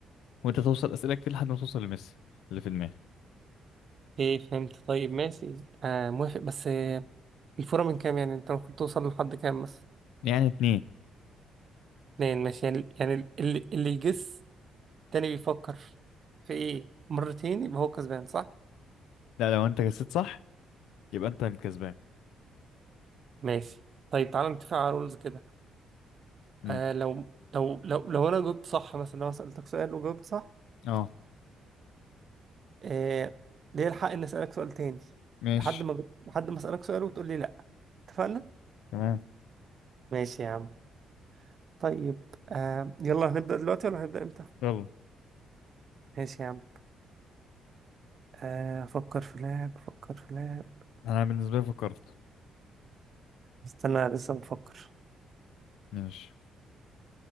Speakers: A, on the left (about 80°); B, on the right (about 50°).
A: وانت توصل اسئله كتير لحد ما توصل لميسي اللي في دماغي
B: ايه فهمت طيب ماشي آه موافق بس آه، الفورة من كام يعني انت المفروض توصل لحد كام بس
A: يعني اتنين
B: اتنين ماشي يعني يعني اللي, اللي يجس تاني بيفكر في ايه مرتين يبقى هو كسبان صح
A: لا لو انت جسيت صح يبقى انت الكسبان
B: ماشي طيب تعالى نتفق على رولز كده
A: امم
B: آه لو لو لو لو انا جاوبت صح مثلا لو انا سألتك سؤال وجاوبت صح
A: اه
B: آه ليه الحق إني أسألك سؤال تاني
A: ماشي
B: لحد ما لحد ما أسألك سؤال وتقول لي لأ اتفقنا؟
A: تمام
B: ماشي يا عم طيب آه يلا هنبدأ دلوقتي ولا هنبدأ إمتى؟
A: يلا
B: ماشي يا عم آه أفكر في لاعب أفكر في لاعب
A: انا بالنسبه لي فكرت
B: استنى لسه بفكر
A: ماشي